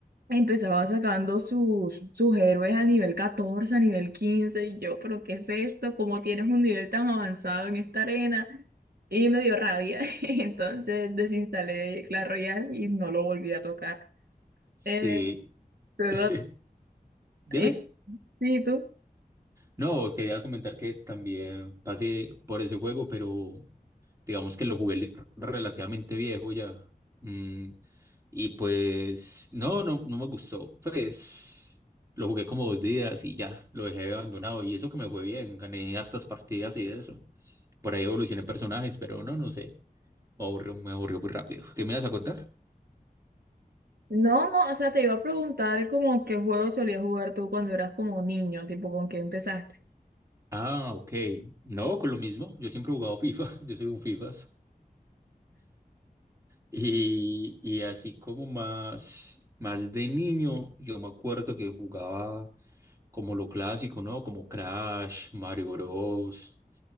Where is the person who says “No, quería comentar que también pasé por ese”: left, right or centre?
Right